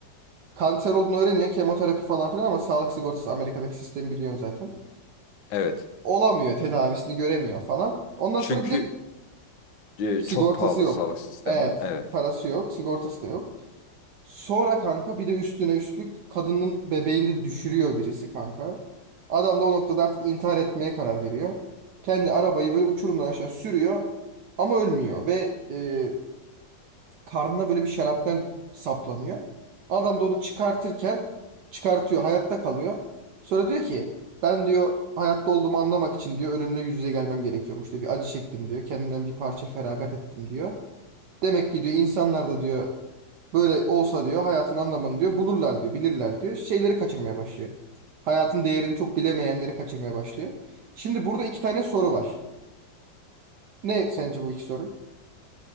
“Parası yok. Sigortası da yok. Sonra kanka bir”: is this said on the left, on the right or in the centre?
Right